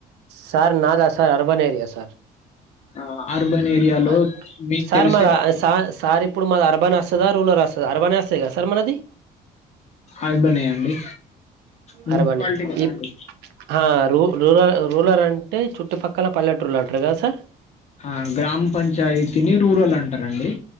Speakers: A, on the right; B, on the left.
A: సార్ నాదా సార్ అర్బన్ ఏరియా సార్
B: ఆ అర్బన్ ఏరియాలో
A: అ
B: మీకు
A: సార్
B: తెలిసే
A: మా
B: ఉంటది
A: సార్ సారి ఇప్పుడు మాదర్బన్ అస్తదా రూరల్ అస్తద అర్బనే అస్తది కద సార్ మనది
B: అర్బనే అండి మున్సిపాలిటీ
A: అర్బనే
B: కదా
A: ఈ
B: అండి
A: ఆ రు లుల రూలర్ అంటే చుట్టుపక్కల పల్లెటూల్లంటరు కదా సార్
B: ఆ గ్రామ పంచాయతిని రూరల్ అంటారండి